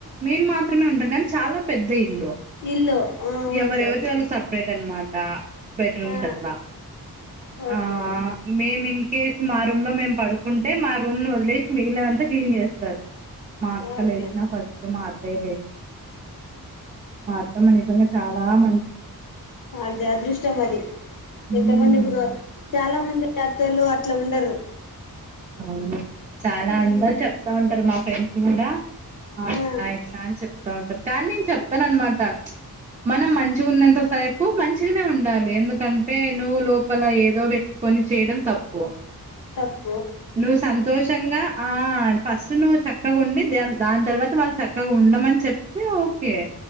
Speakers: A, on the right; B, on the left.
A: మేము మాత్రమే ఉంటాం కానీ చాలా పెద్ద ఇల్లు
B: ఇల్లు ఆ ఓకే
A: ఎవరెవది వాళ్లకి సపరేట్ అనమాట బెడ్రూమ్స్
B: ఆ
A: అట్లా
B: ఓకే
A: ఆ
B: ఓకే
A: మేమ్ మీమ్ కేస్ మా రూమ్ లో మేమ్ పడుకుంటే మా రూమ్ ను వద్ లేశ్ మిగిలినవంతా క్లీన్ జేస్తారు మా అక్క
B: ఓకే
A: లేశ్ నా ఫస్ట్ మా అత్తయ్య లే మా అత్తమ్మ నిజంగా చాలా మంచ్
B: అదే అదృష్టం మది
A: ఉమ్
B: ఎంత మందిక్ దో చాలా మంది అత్తలు అట్ ట్లా ఉండరు
A: ఔను చాలా
B: మ్మ్
A: అందర్ చెప్తా ఉంటార్ మా ఫ్రెండ్స్ కూడా ఆట్ల
B: ఆ
A: ఇట్లా అన్ చెప్ తా ఉంటరు కానీ నేన్ చెప్ తన్ మాట చ్ మనం మంచు గున్నంత సైపు మంచిగనే ఉండాలి ఎందుకంటే నువ్ లోపల ఏదో బెట్ కొని చేయడం తప్పు
B: తప్
A: నువ్ సంతోషంగా ఆ న్ ఫస్ట్ నువ్వు చక్కగుండి ద్యన్ దాన్ తర్ వాత వాళ్ళు చక్కగా ఉండమన్ చెప్పి ఓకే